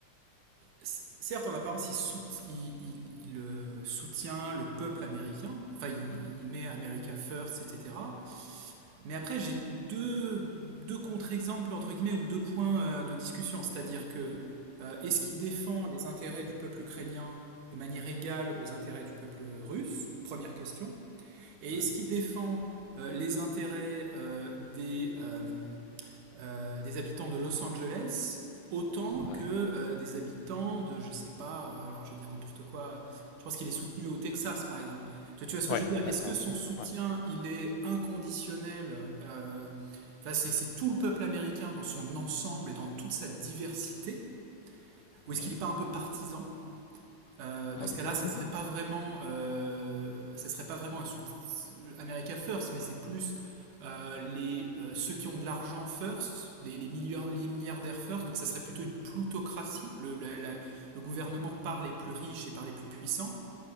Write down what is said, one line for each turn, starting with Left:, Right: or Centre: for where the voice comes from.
Right: c- certes en apparence il, sout il, il- il, euh, soutient le peuple américain, enfin il, il met America First, etc. Mais après, j'ai deux, deux contre-exemples, entre guillemets, ou deux points euh, de discussion. C'est-à-dire que euh, est-ce qu'il défend les intérêts du peuple ukrainien de manière égale aux intérêts du peuple russe? Première question. Et
Left: ouais,
Right: est-ce qu'il défend euh, les intérêts euh, des, euh, euh, des habitants de Los Angeles autant que
Left: ouais,
Right: euh, des habitants de, je sais pas, euh, alors je vais dire n'importe quoi, je pense qu'il est soutenu au Texas par exemple. Tu, tu vois ce
Left: Ouais,
Right: que je veux dire? Est-ce
Left: d'accord.
Right: que son soutien,
Left: Ouais,
Right: il est inconditionnel? euh, enfin, c'est c'est tout le peuple américain dans son ensemble et dans toute sa diversité? Ou est-ce
Left: ouais.
Right: qu'il n'est pas un peu partisan? Euh, dans
Left: Ah,
Right: ce
Left: les
Right: cas-là,
Left: partisans.
Right: ça serait pas vraiment, euh, ça serait pas vraiment un sout- America First, mais c'est plus euh, les euh, ceux qui ont de l'argent first, les, les, milliard- les milliardaires first. Donc ça serait plutôt une plutocratie. Le, la- la- le gouvernement par les plus riches et par les plus puissants.